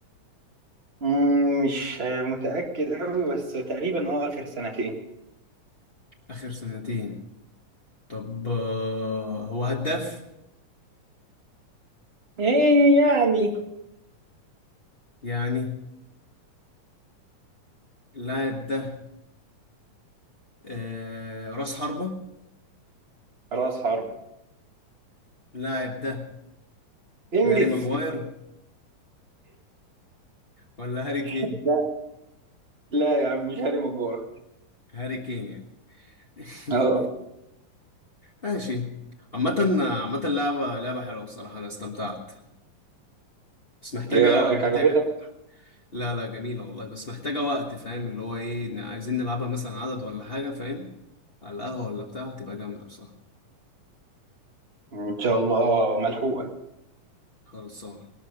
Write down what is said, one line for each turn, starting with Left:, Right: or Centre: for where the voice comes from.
Right: مم، مش متأكد أوي بس تقريبا اه آخر سنتين
Left: اخر سنتين طب آه هو هداف
Right: ايه يعني
Left: يعني اللاعب ده آه، راس حربة
Right: راس حرب
Left: اللاعب ده
Right: انجز
Left: هاري ماجواير ولا هاري كين
Right: <laughs> لا لا يا عم مش هاري مجوعك
Left: هاري كين يعني <laughs>
Right: اه
Left: ماشي عامة عامة لعبة لعبة حلوة بصراحة أنا استمتعت بس محتاجة
Right: ايه رأيك
Left: محتاجة
Right: عجبتك
Left: لا لا جميلة والله بس محتاجة وقت فاهم اللي هو إيه إن عايزين نلعبها مثلا عدد ولا حاجة فاهم على القهوة ولا بتاع هتبقى جامدة بصراحة
Right: ان شاء الله ملحوقة
Left: خلصانة